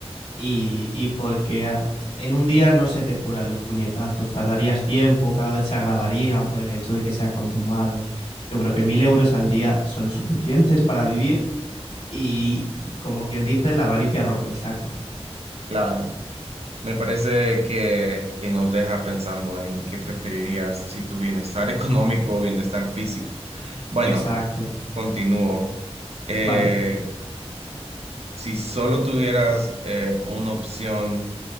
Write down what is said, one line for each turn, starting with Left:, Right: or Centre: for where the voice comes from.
Left: y, y porque ah, en un día no se te curan los puñetazos, tardarías tiempo, cada vez se agravarían por el hecho de que sea continuado. Yo creo que mil euros al día son suficientes para vivir y como quien dice, la avaricia rompe el saco.
Right: Claro. Me parece que, que nos deja pensando en qué preferirías si tu bienestar <laughs> económico o bienestar físico. Bueno,
Left: Exacto,
Right: continúo. Eh,
Left: ¿vale?
Right: si solo tuvieras eh, una opción